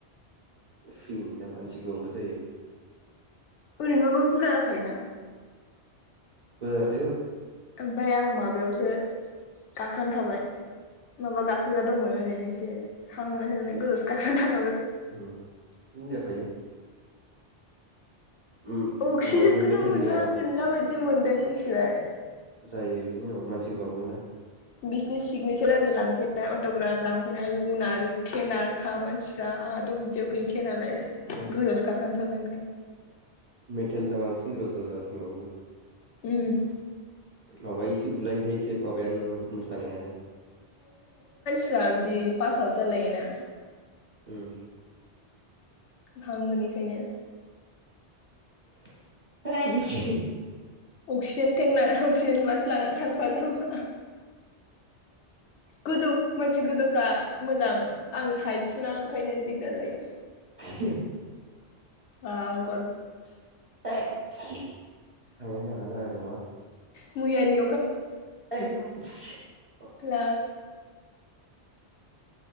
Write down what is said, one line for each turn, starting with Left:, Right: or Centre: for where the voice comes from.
Right: फ्रिनि दा मानसि गाोबांबो जायो
Left: ओरैनोबाबो बुरजा जाखायोना
Right: बुरजा जाखायो औ
Left: ओमफ्राय आं माबायावसो गाखोनानै थाबाय माबा गाखोग्रा दंमोन ओरैनो एसे हां मोनासै नालाय गोजावसो गाखोनानै थाबाय
Right: उम बिदिनो जाखायो उम
Left: अक्सिजेनखौनो
Right: माबानो मेटेलनिया
Left: मोनला मोनला बायदि दि मोन्दों मिथिबाय
Right: जायो बिदिनो औ मानसि गोबांमोन ना
Left: बिसनि सिगनेसार आरि लांफैनाय अटग्राफ लांफैनाय आयु नारखे नारखा मानसिफ्रा आंहाथ बिदियाव गैखाया नालाय गोजौ
Right: उम
Left: आवसो गाखोना थाबाय ओंखायनो
Right: मेथेलना बांसिन गोदावसोराव जागासिनो होनबाबो
Left: उम
Right: माबायस बुलायखायोसो माबायानो मोसानायानो
Left: फोरा बिदि पास आउट जालायोना
Right: ओम
Left: हां मोनिखायनो
Right: <unintelligible>
Left: अक्सिजेन थें लाना अक्सिजन मासे लानानै थांफा जामबा गोजौ मानसि गोजौफ्रा मोजां आंहायथु थुना ओंखायनो दिगदार जायो
Right: <unintelligible>
Left: औ
Right: <unintelligible> थांनायानो जागोनना जानायनंला
Left: मैयानि
Right: <unintelligible> <unintelligible>
Left: हेल